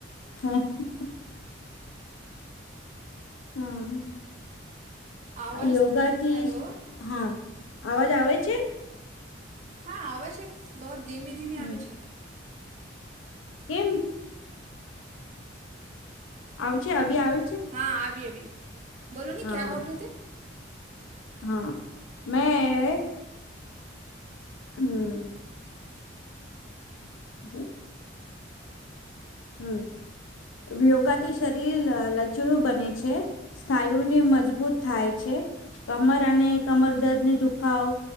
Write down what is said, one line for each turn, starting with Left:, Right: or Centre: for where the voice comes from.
Left: <unintelligible> હમમ.
Right: આવાજ
Left: યોગાથી
Right: હેલો
Left: હા અવાજ આવે છે.
Right: હા આવે છે બહોત ધીમે ધીમે
Left: હમ
Right: આવે છે.
Left: કેમ આવે છે અભી આવે છે.
Right: હા આવે અભી બોલો ને
Left: હા
Right: કયા બોલ રહે થે.
Left: હા મેં હમમ. <unintelligible> હમમ યોગાથી શરીર લચીલુ બને છે. સ્થાયુને મજબૂત થાય છે. કમર અને કમર દર્દને દુખાવ